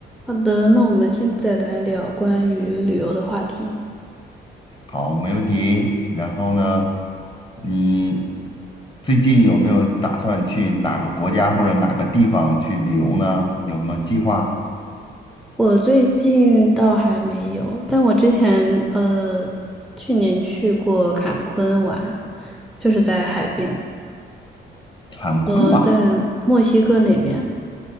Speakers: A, in the centre; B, on the left.
A: 好的，那我们现在来聊关于旅游的话题。
B: 好，没问题。然后呢，你最近有没有打算去哪个国家或者哪个地方去旅游呢？有没有计划？
A: 我最近倒还没有，但我之前呃，去年去过坎昆玩，就是在海边，
B: 坎昆瓦
A: 呃，在墨西哥那边。